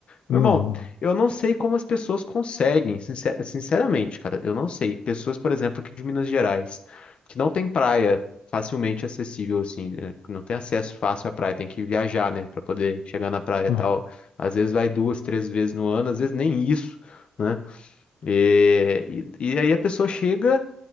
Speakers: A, on the left; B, on the left.
A: Meu
B: Não,
A: irmão,
B: ué.
A: eu não sei como as pessoas conseguem, sincer- sinceramente, cara, eu não sei. Pessoas, por exemplo, aqui de Minas Gerais, que não tem praia facilmente acessível, assim, eh, que não tem acesso fácil à praia, tem que viajar, né, Pra poder chegar na praia e
B: Aham.
A: tal. Às vezes vai duas, três vezes no ano, às vezes nem isso, né? E, e, e aí a pessoa chega.